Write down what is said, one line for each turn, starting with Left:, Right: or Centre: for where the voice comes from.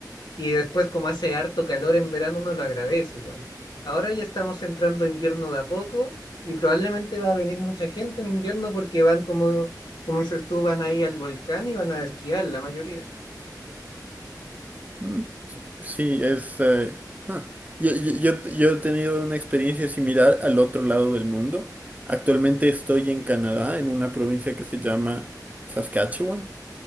Left: Y después como hace harto calor en verano, uno lo agradece igual. Ahora ya estamos entrando a invierno de a poco y probablemente va a venir mucha gente en invierno porque van como, como dices tú, van ahí al volcán y van a esquiar la mayoría.
Right: Mm. Sí, sí, es... eh, ja. Yo, yo, yo t- yo he tenido una experiencia similar al otro lado del mundo. Actualmente estoy en Canadá, en una provincia que se llama Saskatchewan.